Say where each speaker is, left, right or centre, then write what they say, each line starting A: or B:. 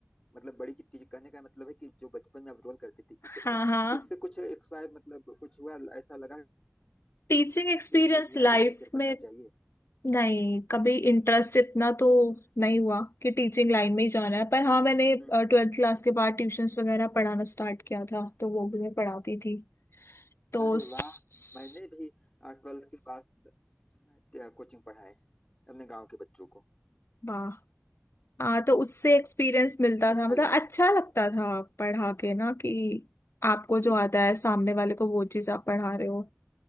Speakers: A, on the left; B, on the left.
A: मतलब बड़ी टीचर कहने का मतलब है कि जो बचपन में आप रोल करती थी टीचर
B: हाँ
A: का
B: हाँ
A: इससे कुछ एक्सपायर मतलब कुछ हुआ ऐसा लगा
B: टीचिंग एक्सपीरियंस
A: कि हमें भी
B: लाइफ
A: आगे टीचर
B: में
A: बनना चाहिए
B: नहीं कभी इंटरेस्ट इतना तो नहीं हुआ कि टीचिंग लाइन में ही जाना है पर हाँ मैंने
A: हम्म
B: ट्वेल्थ क्लास
A: हम्म।
B: के बाद ट्यूशंस वगैरह पढ़ाना स्टार्ट किया था तो वो भी मैं पढ़ाती थी तो
A: अरे
B: स-
A: वाह
B: स-
A: मैंने भी ट्वेल्थ के बाद कोचिंग पढ़ाए अपने गांव के बच्चों को
B: वाह हाँ तो उससे एक्सपीरियंस मिलता
A: अच्छा
B: था मतलब
A: लगा
B: अच्छा लगता था पढ़ा के ना कि आपको जो
A: जी
B: आता
A: जी
B: है सामने वाले को वो चीज़ आप पढ़ा रहे हो